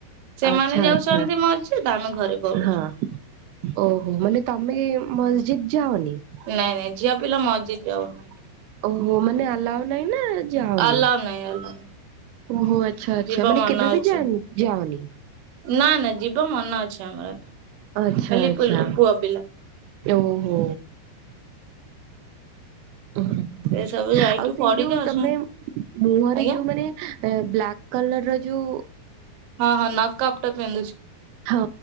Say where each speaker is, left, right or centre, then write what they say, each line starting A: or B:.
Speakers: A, on the right (about 75°); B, on the right (about 85°).
A: ସେମାନେ
B: ଆଛା
A: ଯାଉଛନ୍ତି
B: ଆଛା
A: ମସଜିଦ୍ ଆମେ ଘରେ ପଢୁଛୁ।
B: ହଁ ଓହୋ ମାନେ ତମେ ମଲସିଦ ଯାଅନିି।
A: ନାଇଁ ନାଇଁ ଝିଅ ପିଲା ମସଜିଦ୍ ଯାଉନାହାନ୍ତି
B: ଓହୋ ମାନେ ଆଲାଓ ନାହିଁ ନା ଯାଉନି?
A: ଆଲାଉ ନାହିଁ ଆଲାଉ
B: ଓହୋ ଆଛା
A: ନାହିଁ
B: ଆଛା
A: ଯିବ
B: ମାନେ
A: ମନ
B: କେବେ
A: ଅଛି
B: ବି ଯାଆନି ଯାଅନି।
A: ନା ନା ଯିବ ମନ ଅଛି ଆମର
B: ଆଚ୍ଛା
A: ଖାଲି
B: ଆଚ୍ଛା
A: ପୁ ପୁଅ ପିଲା।
B: ଓହୋ। ଆଉ
A: ସେ ସବୁ ଯାଇକି
B: ସେଇ
A: ପଢିକି
B: ଯୋଉ
A: ଆସୁଛନ୍ତି
B: ତମେ ମୁହଁରେ
A: ଆଜ୍ଞା
B: ଯୋଉ ମାନେ ବ୍ଲାକ୍ ଏ କଲର ର ଯଉ
A: ହଁ ହଁ ନକ ଅପ୍ଟ ଟେ ପିନ୍ଦୁଛି।
B: ହଁ